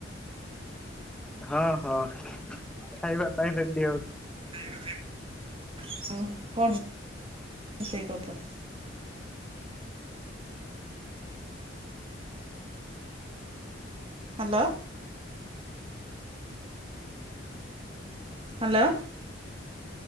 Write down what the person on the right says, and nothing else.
ଖାଇବା ପାଇଁ ହଁ କଣ ରୋଷେଇ କରୁଚନ୍ତି। ହାଲୋ। ହାଲୋ।